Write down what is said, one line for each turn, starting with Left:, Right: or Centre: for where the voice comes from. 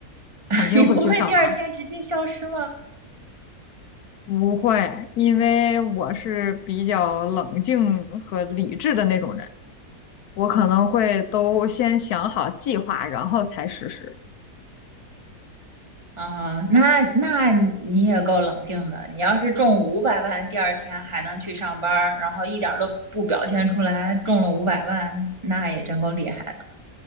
Right: <laughs>
Left: 肯定会去上班。
Right: 你不会第二天直接消失吗？
Left: 不会，因为我是比较冷静和理智的那种人，我可能会都先想好计划，然后才实施。
Right: 啊，那那你也够冷静的。你要是中五百万，第二天还能去上班然后一点都不表现出来中了五百万，那也真够厉害的。